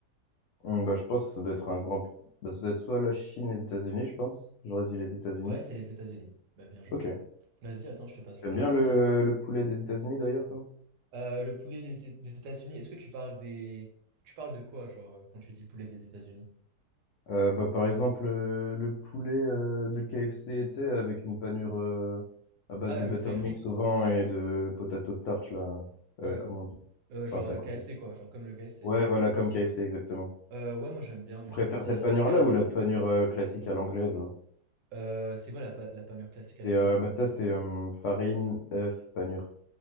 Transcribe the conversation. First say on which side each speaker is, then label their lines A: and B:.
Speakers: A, on the left; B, on the right.
A: Hum, bah, je pense que ça doit être un grand. Bah, ça doit être soit la Chine, les États-Unis, je pense. J'aurais dit les États-Unis.
B: Ouais, c'est les États-Unis. Bah, bien joué.
A: Ok.
B: Vas-y, attends, je te passe le
A: T'aimes
B: deck.
A: bien le,
B: Tiens.
A: le poulet des États-Unis d'ailleurs, toi?
B: Euh, le poulet des É- des États-Unis, est-ce que tu parles des... Tu parles de quoi, genre, euh, quand tu dis poulet des États-Unis?
A: Euh, bah, par exemple, euh, le poulet euh, de KFC, tu sais, avec une panure euh, à base
B: Ah,
A: de
B: le
A: Buttermix
B: poulet frit?
A: au vent et de potato starch, là.
B: Ouais.
A: Euh, comment on dit?
B: Euh, genre
A: Enfin, t'as compris.
B: KFC, quoi. Genre comme le KFC.
A: Ouais, voilà, comme KFC, exactement.
B: Euh, ouais, moi, j'aime bien,
A: Tu
B: mais
A: préfères
B: je trouve que ça,
A: cette panure-là
B: ça cale assez
A: ou la
B: vite.
A: panure euh, classique à l'anglaise, là?
B: Euh, c'est quoi la, pa- la panure classique
A: C'est,
B: à l'anglaise?
A: euh, bah, ça, c'est euh, farine, œuf, panure.